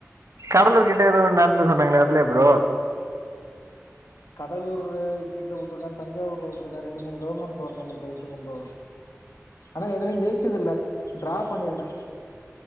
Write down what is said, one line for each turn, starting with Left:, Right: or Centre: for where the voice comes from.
Right: கடலூர் கிட்ட ஏதோ நடந்து சொன்னாங்களா அதுலயா ப்ரோ
Left: கடலூர் கிட்ட வுட்டுருக்க தஞ்சாவூர்ல வுட்டுருக்க ரெண்டு மூணு கவர்மெண்ட் டோனர்மெண்ட்ல வுட்ருக்க ப்ரோ ஆனா எதுலியு ஜெய்ச்சது இல்ல ட்ரா பண்ணிருக்கே